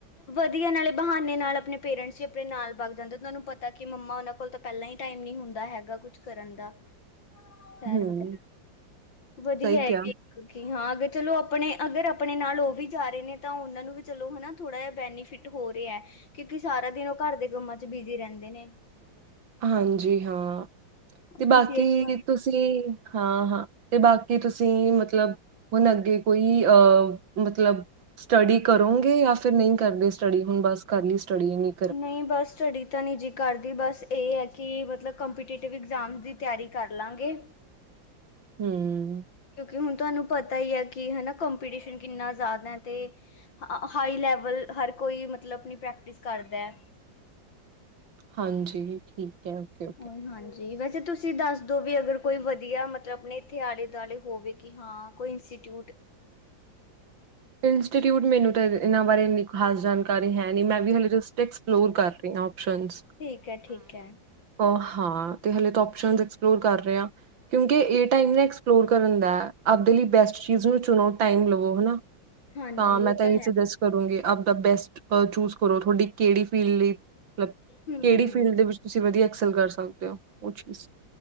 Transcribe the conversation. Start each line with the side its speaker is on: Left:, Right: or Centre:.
Left: ਵਧੀਆ, ਨਾਲੇ ਬਹਾਨੇ ਨਾਲ ਆਪਣੇ ਪੇਰੈਂਟਸ ਹੀ ਆਪਣੇ ਨਾਲ ਬਣਾ ਜਾਂਦੇ, ਤੁਹਾਨੂੰ ਪਤਾ ਕਿ ਮੰਮਾ ਉਹਨਾਂ ਕੋਲ ਤਾਂ ਪਹਿਲਾਂ ਹੀ ਟਾਈਮ ਨਹੀਂ ਹੁੰਦਾ ਹੈਗਾ, ਕੁਛ ਕਰਨ ਦਾ। ਸੈਰ
Right: ਹੂੰ
Left: ਵਗੈਰਾ ਵਧੀਆ
Right: ਸਹੀ
Left: ਹੈਗੀ
Right: ਕਿਹਾ
Left: ਕਿਉਂਕਿ ਹਾਂ, ਅਗਰ ਚਲੋ ਆਪਣੇ ਅਗਰ ਆਪਣੇ ਨਾਲ ਉਹ ਵੀ ਜਾ ਰਹੇ ਨੇ ਤਾਂ ਉਹਨਾਂ ਨੂੰ ਵੀ ਚਲੋ, ਹਨਾ ਥੋੜ੍ਹਾ - ਜਿਹਾ ਬੈਨੀਫਿਟ ਹੋ ਰਿਹਾ ਹੈ। ਕਿਉਂਕਿ ਸਾਰਾ ਦਿਨ ਉਹ ਘਰ ਦੇ ਕੰਮਾਂ 'ਚ ਬਿਜ਼ੀ ਰਹਿੰਦੇ ਨੇ।
Right: ਹਾਂਜੀ ਹਾਂ, ਤੇ
Left: ਆਪਣੀ
Right: ਬਾਕੀ
Left: ਸਿਹਤ ਬਾਰੇ
Right: ਤੁਸੀਂ ਹਾਂ, ਹਾਂ, ਤੇ ਬਾਕੀ ਤੁਸੀਂ ਮਤਲਬ ਹੁਣ ਅੱਗੇ ਕੋਈ ਅਹ ਮਤਲਬ ਸਟੱਡੀ ਕਰੋਂਗੇ, ਪਾ ਫਿਰ ਨਹੀਂ ਕਰਦੇ ਸਟੱਡੀ? ਹੁਣ ਬਸ ਕਰ ਲਈ ਸਟੱਡੀ, ਇੰਨੀ?
Left: ਨਹੀਂ ਬੱਸ। ਸਟੱਡੀ ਤਾਂ ਨਹੀਂ ਜੀ ਕਰਦੀ, ਬੱਸ ਇਹ ਹੈ ਕਿ ਮਤਲਬ ਕੰਪੀਟੀਟਿਵ ਇਗਜ਼ਾਮ ਦੀ ਤਿਆਰੀ ਕਰ ਲਵਾਂਗੇ।
Right: ਹਮ।
Left: ਕਿਉਂਕਿ ਹੁਣ ਤੁਹਾਨੂੰ ਪਤਾ ਹੀ ਹੈ। ਕਿ ਹਨਾ ਕੰਪੀਟੀਸ਼ਨ ਕਿੰਨਾ ਜ਼ਿਆਦਾ ਹੈ। ਤੇ ਹਾਂ, ਹਾਈ ਲੈਵਲ ਹਰ ਕੋਈ, ਮਤਲਬ ਆਪਣੀ ਪ੍ਰੈਕਟਿਸ ਕਰਦਾ ਏ।
Right: ਹਾਂਜੀ, ਠੀਕ ਹੈ। ਓਕੇ-ਓਕੇ।
Left: ਉ ਹਾਂਜੀ, ਵੈਸੇ ਤੁਸੀਂ ਦੱਸ ਦਉ ਵੀ ਅਗਰ ਕੋਈ ਵਧੀਆ ਮਤਲਬ ਆਪਣੇ ਇੱਥੇ ਆਲੇ - ਦੁਆਲੇ ਹੋਵੇ ਕਿ ਹਾਂ, ਕੋਈ ਇੰਸਟੀਚਿਊਟ।
Right: ਇੰਸਟਿਊਟ ਮੈਨੂੰ ਤਾਂ ਇਹਨਾਂ ਬਾਰੇ ਇੰਨੀ ਖਾਸ ਜਾਣਕਾਰੀ ਹੈ ਨਹੀਂ, ਮੈਂ ਵੀ ਹਲੇ ਸਟਿਕਸ ਫਲੋਰ ਕਰ ਰਹੀ ਹੈ, ਆਪਸ਼ਨਸ
Left: ਠੀਕ ਹੈ ਠੀਕ ਹੈ
Right: ਉ, ਹਾਂ, ਤੇ ਹਲੇ ਆਪਸ਼ਨਸ ਐਕਸਪਲੋਰ ਕਰ ਰਹੇ ਆ। ਕਿਉਂਕਿ ਇਹ ਟਾਈਮ ਨਾ, ਐਕਸਪਲੋਰ ਕਰਨ ਦਾ ਆਪਦੇ ਲਈ ਬੈਸਟ ਚੀਜ਼ ਨੂੰ ਚੁਣੋ ਟਾਈਮ ਲਵੋ ਹਨਾ।
Left: ਹਾਂਜੀ
Right: ਤਾਂ, ਮੈਂ
Left: ਇਹ
Right: ਤਾਂ, ਇਹੀ
Left: ਹੈ
Right: ਸੁਜੈਸਟ ਕਰੂੰਗੀ ਅ ਦਾ ਬੈਸਟ ਚੂਜ ਕਰੋ, ਤੁਹਾਡੀ ਕਿਹੜੀ ਫੀਲਡ ਲਈ। ਮਤਲਬ
Left: ਹਮ
Right: ਕਿਹੜੀ
Left: ਹਮ
Right: ਫੀਲਡ ਦੇ ਵਿੱਚ ਤੁਸੀਂ ਵਧੀਆ ਐਕਸਲ ਕਰ ਸਕਦੇ ਹੋ। ਉਹ ਚੀਜ਼